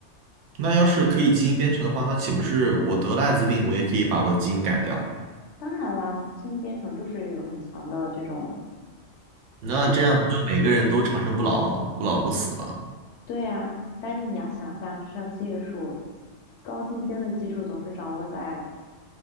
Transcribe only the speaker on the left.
当然啦，基因编程就是有很强的这种
功能。
对呀，但是你要想象，这项技术高精尖的技术总是掌握在